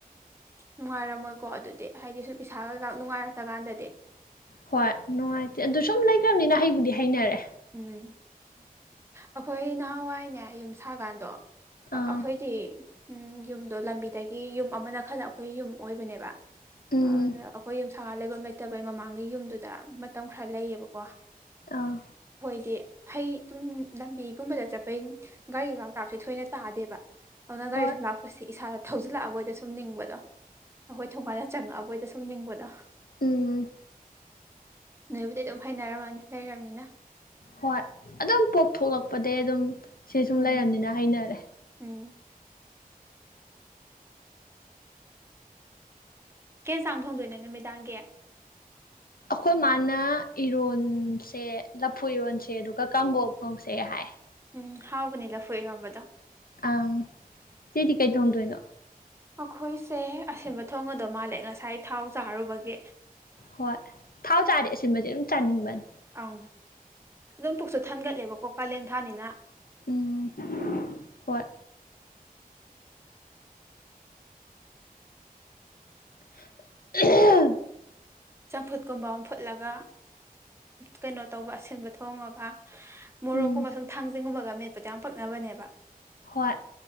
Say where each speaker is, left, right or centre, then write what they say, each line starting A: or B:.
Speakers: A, on the right; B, on the left.
A: ꯅꯨꯡꯉꯥꯏꯔꯝꯃꯣꯏꯀꯣ ꯑꯗꯨꯗꯤ ꯍꯥꯏꯗꯤ ꯁꯨꯝ ꯏꯁꯥ ꯀꯩꯀꯥ ꯅꯨꯡꯉꯥꯏꯔꯛꯇ ꯀꯥꯟꯗꯗꯤ
B: ꯍꯣꯏ ꯅꯨꯡꯉꯥꯏꯇꯦ ꯑꯗꯨ ꯁꯨꯝ ꯂꯩꯈ꯭ꯔꯕꯅꯤꯅ ꯍꯩꯕꯨꯗꯤ ꯍꯩꯅꯔꯦ
A: ꯎꯝ ꯑꯩꯈꯣꯏ ꯅꯍꯥꯟꯋꯥꯏꯅꯦ ꯌꯨꯝ ꯁꯥꯀꯥꯟꯗꯣ
B: ꯑꯥ
A: ꯑꯩꯈꯣꯏꯗꯤ ꯎꯝ ꯌꯨꯝꯗꯣ ꯂꯝꯕꯤꯗꯒꯤ ꯌꯨꯝ ꯑꯃꯅ ꯈꯜꯂ ꯑꯩꯈꯣꯏ ꯌꯨꯝ ꯑꯣꯏꯕꯅꯦꯕ
B: ꯎꯝ
A: ꯑꯗ ꯑꯩꯈꯣꯏ ꯌꯨꯝ ꯁꯥꯒ ꯂꯩꯐꯝ ꯂꯩꯇꯕꯩ ꯃꯃꯥꯡꯒꯤꯩ ꯌꯨꯝꯗꯨꯗ ꯃꯇꯝ ꯈꯔ ꯂꯩꯌꯦꯕꯀꯣ
B: ꯑꯥ
A: ꯍꯥꯏꯗꯤ ꯍꯩ ꯑꯗꯨꯝ ꯂꯝꯕꯤꯒꯨꯝꯕꯗ ꯆꯠꯄꯩ ꯒꯥꯔꯤ ꯀꯥꯎꯇꯥꯛꯁꯦ ꯊꯣꯏꯅ ꯇꯥꯗꯦꯕ ꯑꯗꯨꯅ
B: ꯍꯣꯏ
A: ꯒꯥꯔꯤ ꯁꯨꯝ ꯂꯥꯛꯄꯁꯤ ꯏꯁꯥꯗ ꯊꯧꯖꯤꯜꯂꯛꯑꯕꯣꯏꯗ ꯁꯨꯝ ꯅꯤꯡꯕꯗꯣ ꯑꯩꯈꯣꯏ ꯊꯧꯕꯥꯜꯗ ꯆꯪꯉꯛꯑꯕꯣꯏꯗ ꯁꯨꯝ ꯅꯤꯡꯕꯗꯣ
B: ꯎꯝ
A: ꯅꯣꯏꯕꯨꯗꯤ ꯑꯗꯨꯝ ꯍꯩꯅꯔꯝꯃꯅꯤ ꯂꯩꯔꯝꯅꯤꯅ
B: ꯍꯣꯏ ꯑꯗꯨꯝ ꯄꯣꯛꯊꯂꯛꯄꯗꯩ ꯑꯗꯨꯝ ꯁꯤ ꯁꯨꯝ
A: ꯎꯝ
B: ꯂꯩꯔꯝꯅꯤꯅ ꯍꯩꯅꯔꯦ
A: ꯎꯝ ꯀꯩ ꯆꯥꯡ ꯊꯣꯡꯗꯣꯏꯅꯣ ꯅꯨꯃꯤꯗꯥꯡꯒꯤ
B: ꯑꯩꯈꯣꯏ ꯃꯥꯅ ꯏꯔꯣꯟꯁꯦ ꯂꯐꯨ ꯏꯔꯣꯟꯁꯦ ꯑꯗꯨꯒ ꯀꯥꯡꯍꯧ ꯉꯧꯁꯦ ꯍꯥꯏ
A: ꯎꯝ ꯍꯥꯎꯕꯅꯦ ꯂꯐꯨ ꯏꯔꯝꯕꯗꯣ
B: ꯑꯪ ꯆꯦꯗꯤ ꯀꯩ ꯊ‌ꯣꯡꯗꯣꯏꯅꯣ
A: ꯑꯩꯈꯣꯏꯁꯦ ꯑꯁꯤꯟꯕ ꯊꯣꯡ ꯑꯗꯣ ꯃꯥꯜꯂꯦ ꯉꯁꯥꯏ ꯊꯥꯎ ꯆꯥꯔꯨꯕꯒꯤ
B: ꯍꯣꯏ ꯊꯥꯎ ꯆꯥꯔꯥꯗꯤ ꯑꯁꯤꯟꯕꯁꯦ ꯑꯗꯨꯝ ꯆꯥꯅꯤꯡꯕꯅꯤ
A: ꯑꯪ ꯑꯗꯨꯝ ꯄꯨꯛꯁꯨ ꯊꯟꯒꯠꯂꯦꯕꯀꯣ ꯀꯥꯂꯦꯟ ꯊꯥꯅꯤꯅ
B: ꯎꯝ ꯍꯣꯏ <unintelligible>
A: ꯆꯝꯐꯨꯠꯀꯨꯝꯕ ꯑꯃ ꯐꯨꯠꯂꯒ ꯀꯩꯅꯣ ꯇꯧꯕ ꯑꯁꯤꯟꯕ ꯊꯣꯡꯉꯒ ꯃꯣꯔꯣꯛꯀꯨꯝꯕ
B: ꯎꯝ
A: ꯁꯨꯝ ꯊꯥꯡꯖꯤꯡꯒꯨꯝꯕꯒ ꯃꯦꯠꯄꯥꯗꯣ ꯌꯥꯝ ꯄꯛꯅꯕꯅꯦꯕ
B: ꯍ‌ꯣꯏ